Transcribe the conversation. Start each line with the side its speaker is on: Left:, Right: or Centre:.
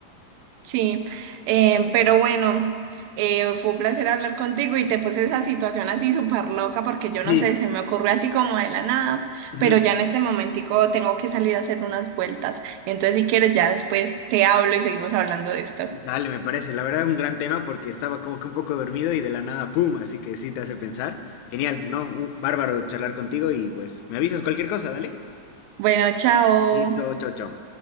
Right: Sí, eh, pero bueno, eh, fue un placer hablar contigo y te puse esa situación así súper loca porque yo no
Left: Sí.
Right: sé, se me ocurrió así como de la nada,
Left: ujú.
Right: pero ya en este momentico tengo que salir a hacer unas vueltas. Entonces, si quieres, ya después te hablo y seguimos hablando de esto.
Left: Dale, me parece. La verdad, un gran tema porque estaba como que un poco dormido y de la nada, ¡pum! Así que sí te hace pensar. Genial, ¿no? Un bárbaro charlar contigo y pues me avisas cualquier cosa, dale.
Right: Bueno, chao.
Left: Listo, chao, chao.